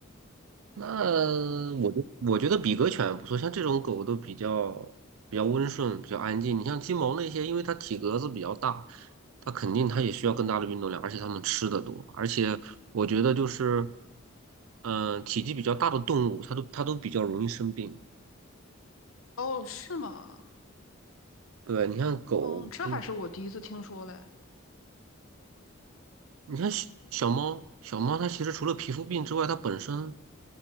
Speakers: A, on the right (about 85°); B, on the left (about 80°).
A: 那我觉我觉得比格犬不错，像这种狗都比较比较温顺，比较安静。你像金毛那些，因为它体格子比较大，它肯定它也需要更大的运动量，而且它们吃的多。而且我觉得就是，嗯、体积比较大的动物，它都它都比较容易生病。
B: 哦，是吗？
A: 对，你看狗，
B: 哦，这还是我第一次听说嘞。
A: 经你看小小猫，小猫它其实除了皮肤病之外，它本身，